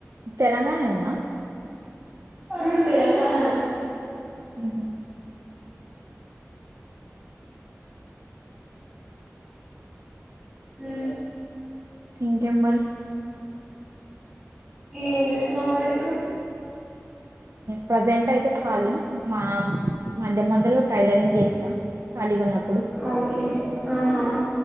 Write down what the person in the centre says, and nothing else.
అ తెలంగాణ న
హ
ఏం చేస్తున్నావు మరి ఇప్పుడు
ఓకేహా